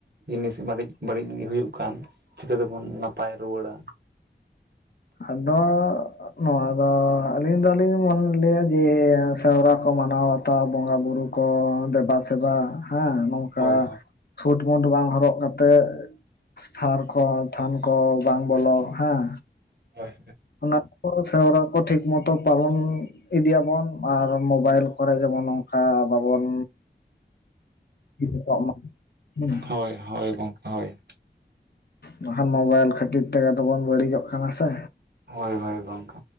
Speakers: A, on the right; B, on the left.
A: ᱡᱤᱱᱤᱥ ᱵᱟᱹᱲᱤᱡ ᱵᱟᱹᱲᱤᱡ ᱦᱩᱭᱩᱜ ᱠᱷᱟᱱ ᱪᱤᱠᱟᱹ ᱛᱮᱵᱚᱱ ᱱᱟ ᱱᱟᱯᱟᱭ ᱨᱩᱣᱟᱹᱲᱟ
B: ᱟᱫᱚ ᱱᱚᱣᱟ ᱫᱚ ᱟᱹᱞᱤᱧ ᱫᱚᱞᱤᱧ ᱞᱮᱭᱟ ᱡᱮ ᱥᱮᱣᱨᱟ ᱠᱚ ᱢᱟᱱᱟᱣ ᱵᱟᱛᱟᱣ ᱵᱚᱸᱜᱟ ᱵᱩᱨᱩ ᱠᱚ ᱫᱮᱵᱟ ᱥᱮᱵᱟ ᱦᱮᱸ ᱱᱚᱝᱠᱟ
A: ᱦᱳᱭ
B: ᱪᱷᱩᱴᱢᱩᱴ ᱵᱟᱝ ᱦᱚᱨᱚᱜ ᱠᱟᱛᱮᱜ ᱥᱟᱨ ᱠᱚ ᱛᱷᱟᱱ ᱠᱚ ᱵᱟᱝ ᱵᱚᱞᱚᱜ ᱦᱟᱸ
A: ᱦᱚᱭ
B: ᱚᱱᱟ ᱠᱚ ᱥᱮᱨᱣᱟ ᱠᱚ ᱴᱷᱤᱠ ᱢᱚᱛᱚ ᱯᱟᱞᱚᱱ ᱤᱫᱤᱭᱟ ᱵᱚᱱ ᱟᱨ ᱢᱚᱵᱟᱭᱤᱞ ᱠᱚᱨᱮ ᱡᱮᱢᱚᱱ ᱚᱱᱠᱟ ᱵᱟᱵᱚᱱ ᱤᱭᱟᱹ ᱠᱚᱜ ᱢᱟ, ᱦᱩᱸ
A: ᱦᱚᱭ ᱦᱚᱭ ᱦᱚᱭ ᱜᱚᱝᱠᱮ ᱦᱚᱭ
B: ᱵᱟᱠᱷᱟᱱ ᱢᱚᱵᱟᱭᱤᱞ ᱠᱷᱟᱹᱛᱤᱨ ᱛᱮᱜᱮ ᱛᱚᱵᱚᱱ ᱵᱟᱹᱲᱤᱡᱚᱜ ᱠᱟᱱᱟ ᱥᱮ
A: ᱦᱚᱭ ᱦᱚᱭ ᱜᱚᱝᱠᱮ